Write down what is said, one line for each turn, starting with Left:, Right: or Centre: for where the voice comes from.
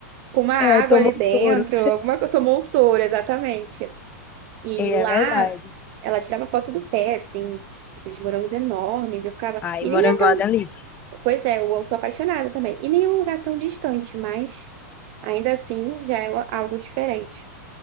Right: com uma água
Left: É, tomou
Right: ali dentro,
Left: um soro.
Right: alguma coisa, tomou um soro, exatamente. E
Left: É,
Right: lá
Left: é verdade.
Right: ela tirava foto do pé, assim, aqueles morangos enormes, eu ficava.
Left: Ai,
Right: E nem
Left: morango
Right: é tão.
Left: é uma delícia.
Right: Pois é, eu sou apaixonada também. E nem é um lugar tão distante, mas ainda assim já é algo diferente.